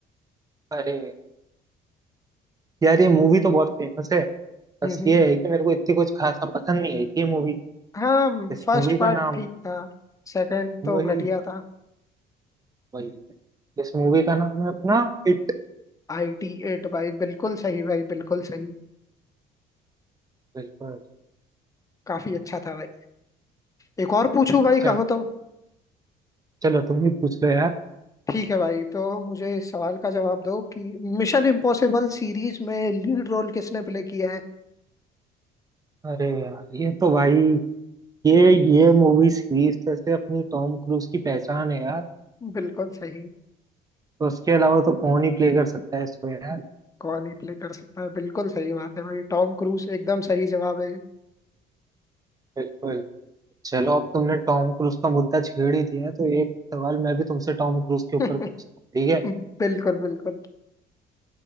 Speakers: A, on the right; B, on the left.
A: अरे यार ये मूवी तो बहुत फेमस है बस
B: हम्म हम्म।
A: ये है कि मेरे को इतनी कुछ खासा पसंद नहीं आई थी ये मूवी
B: हाँ
A: इस
B: फर्स्ट
A: मूवी का
B: पार्ट
A: नाम
B: ठीक था सेकंड तो
A: वही
B: घटिया था
A: वही इस मूवी का नाम है अपना इट
B: I T एट भाई बिल्कुल सही भाई बिल्कुल सही
A: बिल्कुल
B: काफी अच्छा था भाई एक और पूछूं भाई
A: चलो
B: कहो तो
A: चलो तुम ही पूछ लो यार
B: ठीक है भाई तो मुझे इस सवाल का जवाब दो कि मिशन इम्पॉसिबल सीरीज में लीड रोल किसने प्ले किया है
A: अरे यार ये तो भाई ये ये मूवी सीरीज जैसे अपनी टॉम क्रूज की पहचान है यार
B: बिल्कुल सही
A: तो उसके अलावा तो कौन ही प्ले कर सकता है इसको यार
B: कौन ही प्ले कर सकता है बिल्कुल सही बात है भाई टॉम क्रूज एकदम सही जवाब है ये।
A: बिल्कुल चलो अब तुमने टॉम क्रूज का मुद्दा छेड़ ही दिया है तो एक सवाल मैं भी तुमसे टॉम क्रूज के ऊपर
B: <laughs>
A: पूछता हूँ ठीक है
B: बिल्कुल बिल्कुल